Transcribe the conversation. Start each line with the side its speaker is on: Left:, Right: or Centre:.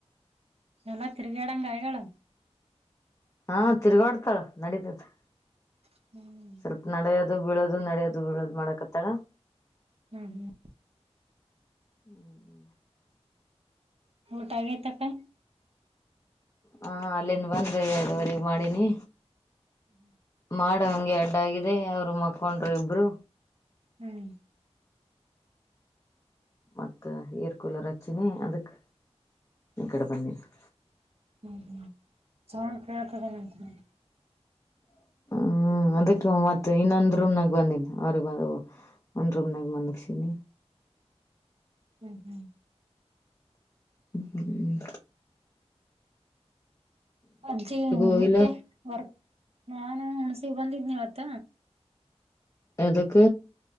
Right: ಎಲ್ಲ ತಿರಗ್ಯಾಡಂಗ ಆಗ್ಯಾಳ.
Left: ಹಾ ತಿರ್ಗಾಡ್ತಾಳ ನಡೀತೈತಿ.
Right: ಹ್ಮ್
Left: ಸ್ವಲ್ಪ ನಡೆಯೋದು ಬೀಳೋದು ನಡಿಯೋದು ಬೀಳೋದು ಮಾಡಕತ್ತಾಳ.
Right: ಹ್ಮ್ ಹ್ಮ್
Left: ಹ್ಮ್್ಮ
Right: ಊಟ ಆಗೈತಕ್ಕ.
Left: ಹ ಅಲ್ಲಿನ್ ಬಂದು ಎರಡುವರಿಗಿ ಮಾಡಿನಿ.
Right: ಹ್ಮ್
Left: ಮಾಡ ಹಂಗೆ ಅಡ್ಡ ಆಗಿದೆ ಅವರು ಮಕ್ಕೊಂಡ್ರು ಇಬ್ರು.
Right: ಹ್ಮ್
Left: ಮತ್ತ ಏರ್ ಕೂಲರ್ ಹಚ್ಚಿನಿ ಅದಕ್ ಇಕಡಿ ಬನ್ನಿಂತು.
Right: ಹ್ಮ ಹ್ಮ್ಮ್ ಸೌಂಡ್ ಕೇಳಗಲ್ಲಂತನ. <inaudible>
Left: ಹ್ಮ್ ಅದಕ್ಕ ಮತ್ತ ಇನ್ನೊಂದ್ ರೂಮ್ನಾಗ ಬಂದಿನಿ ಅವ್ರಗ್ ಬಂದ ಒಂದ್ ರೂಮ್ನಾಗ ಮಲಗ್ಸಿನಿ.
Right: ಹ್ಮ್ ಹ್ಮ್
Left: ಹ್ಮ
Right: ಅಜ್ಜಿ
Left: ಹೋಗಿಲ್ಲ
Right: ಮತ್ತೆ ವರ್ಕ್ ನಾನು ಹುಣ್ಸಿಗ ಬಂದಿದ್ನಿವತ್ತ.
Left: ಎದಕ್